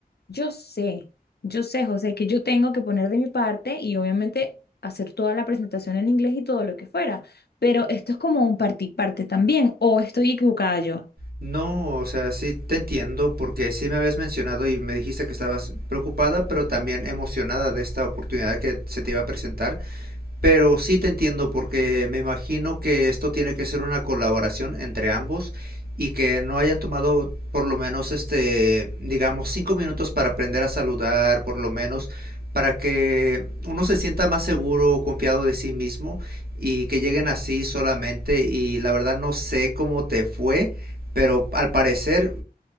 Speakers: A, on the left (about 80°); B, on the right (about 70°).
A: Yo sé, yo sé, José, que yo tengo que poner de mi parte y obviamente hacer toda la presentación en inglés y todo lo que fuera, pero esto es como un parte y parte también, o estoy equivocada yo.
B: No, o sea, sí te entiendo porque sí me habías mencionado y me dijiste que estabas preocupada, pero también emocionada de esta oportunidad que se te iba a presentar. Pero sí te entiendo porque me imagino que esto tiene que ser una colaboración entre ambos y que no hayan tomado por lo menos este, digamos, cinco minutos para aprender a saludar, por lo menos para que uno se sienta más seguro, confiado de sí mismo y que lleguen así solamente y la verdad no sé cómo te fue, pero al parecer,